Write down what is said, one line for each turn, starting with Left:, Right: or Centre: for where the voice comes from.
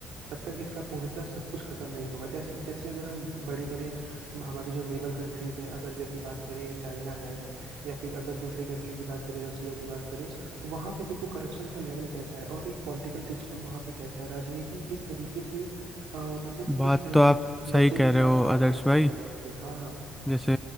Right: तब तक इसका पूर्णतः सब कुछ खत्म नहीं होगा जैसे जैसे अगर हम बड़े बड़े हमारे जो नेबर कंट्रीज हैं अगर जैसे बात करें चाइना है या फिर अगर दूसरे कंट्री की बात करें रसिया की बात करें तो वहां पे देखो करप्शन का लेवल कैसा है और एक पॉलिटिकल सिस्टम वहां पे कैसा है राजनीति किस तरीके से अ, मतलब
Centre: बात
Right: किस अ,
Centre: तो आप सही
Right: लज्जे के
Centre: कह रहे
Right: साथ
Centre: हो
Right: काम
Centre: आदर्श
Right: करती
Centre: भाई
Right: है वहां पे हाँ हाँ
Centre: जैसे